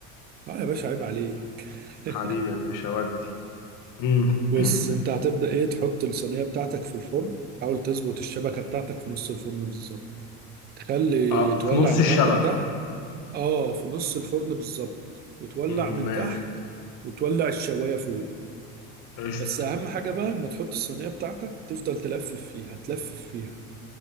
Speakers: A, on the right (about 25°); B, on the left (about 45°).
A: آه يا باشا عيب عليك <laughs>
B: حبيبي يا باشا ودي امم
A: بص
B: <clears throat>
A: أنت هتبدأ إيه تحط الصينية بتاعتك في الفرن حاول تظبط الشبكة بتاعتك في نص الفرن بالظبط تخلي
B: اه
A: تولع
B: في نص
A: النار
B: الشبكه
A: من تحت آه في نص الفرن بالظبط وتولع
B: امم
A: من
B: ماشي
A: تحت وتولع الشواية فوق
B: قشطه
A: بس أهم حاجة بقى لما تحط الصينية بتاعتك تفضل تلفف فيها تلفف فيها